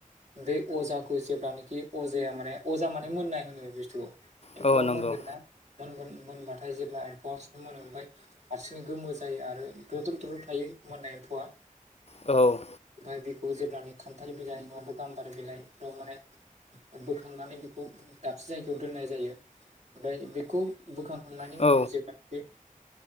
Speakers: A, on the right (about 55°); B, on the left (about 50°).
A: बे अजाखौ जेब्लानोखि अजाया माने अजा माने मोननाय होनो बस्थुखौ
B: औ
A: एम्फौआ
B: नंगौ
A: मोनगोन ना मोनबाथाय जेब्ला एम्फौआ सो मोनो ओमफ्राय हारसिंङै गोमो जायो आरो दुद्रु द्रु थायो मोननाय एम्फौआ
B: औ
A: ओमफ्राय बेखौ जेब्लनि खान्थाल बिलाइ नङाब्ला गाम्बारि बिलाइफ्राव माने बोखांनानै बेखौ दाबसे जायगायाव दोननाय जायो ओमफ्राय बेखौ बुखां खालामनायनि
B: औ
A: उनाव जेसै